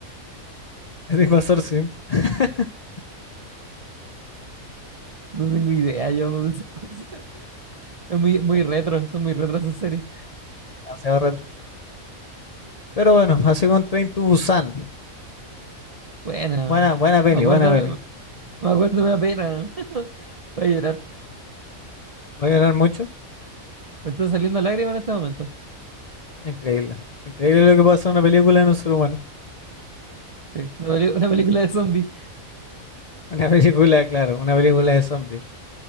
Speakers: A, on the left; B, on the right.
A: <laughs> El invasor sim. <laughs>
B: No tengo idea yo de esas cosas. Es muy, muy retro, son muy retro esas series.
A: Demasiado retro. Pero bueno, así con Train to Busan.
B: Bueno,
A: Buena, buena peli,
B: me acuerdo,
A: buena peli.
B: me acuerdo, me da pena. <laughs> Voy a llorar.
A: ¿Va a llorar mucho?
B: Me están saliendo lágrimas en este momento.
A: Increíble. Increíble lo que pasa en una película de un ser humano. <laughs>
B: Sí, una, peli- una película de zombies.
A: Una película, claro, una película de zombies.